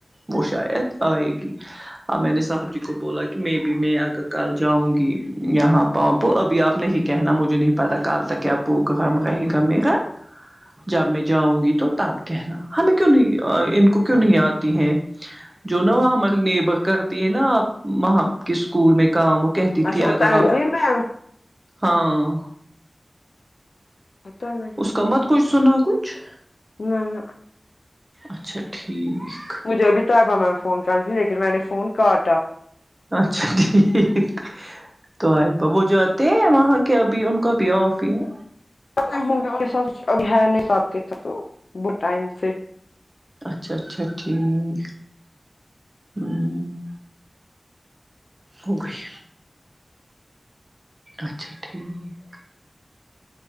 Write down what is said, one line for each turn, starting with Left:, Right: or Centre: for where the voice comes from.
Right: وہ شاید آئے گی ا میں نے صاحب جی کو بولا کہ میں بھی میں آگر کال جاؤں گی یہاں پاپو ابھی آپ نہیں کہنا مجھے نہیں پتہ کل تک کیا پروگرام رہے گا میرا جب میں جاؤں گی تو تب کہنا ہمیں کیوں نہیں آئیے ان کو کیوں نہیں آتی ہیں جو نا وہ ہماری نیبر کرتی ہے نا اب وہاں کے اسکول میں کام کہتی
Left: اچھا
Right: تھی اگر
Left: وہ تنزیل
Right: آپ
Left: میں
Right: ہاں
Left: پتا نہیں
Right: اس کا مت کچھ سنا کچھ
Left: نہ نہ
Right: اچھا ٹھیک
Left: مجھے ابھی طیبہ میم میں فون کر رہی تھی لیکن میں نے فون کاٹا
Right: اچھا ٹھیک طیبہ وہ جاتے ہیں وہاں کے ابھی ان کا بھی آف ہی ہے
Left: <unintelligible> ابھی نہیں ہے آپ کے ساتھ تو بہت ٹائم سے
Right: اچھا اچھا ٹھیک ہوں ہو گئی اچھا ٹھیک